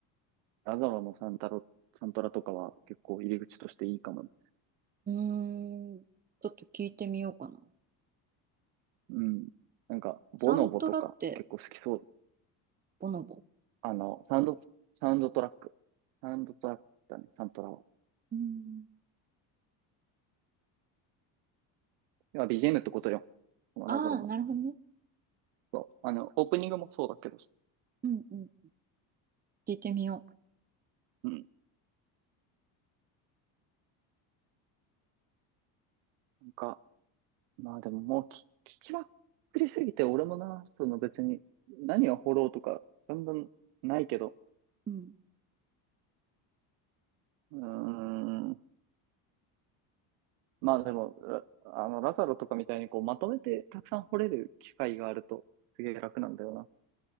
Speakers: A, on the right; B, on the right.
A: ラザロのサンタロ、サントラとかは結構入り口としていいかもね
B: うーんちょっと聞いてみようかな。
A: うん。なんか、ボノボとか結構好きそう。
B: サントラって、ボノボ。
A: あの、サウンド、サウンドトラック。サウンドトラックだね、サントラは。
B: うん。
A: 要は b g ムってことよ。このラゾロの。
B: ああ、なるほどね。
A: そう。あの、オープニングもそうだけど。
B: うんうん。聞いてみよ
A: うん。なんか、まあでももうき聞きまくりすぎて、俺もな、その別に何を掘ろうとか、だんだんないけど。
B: う。うん。
A: うーん。まあでも、ああの、ラザロとかみたいにこうまとめてたくさん掘れる機会があると、すげえ楽なんだよな。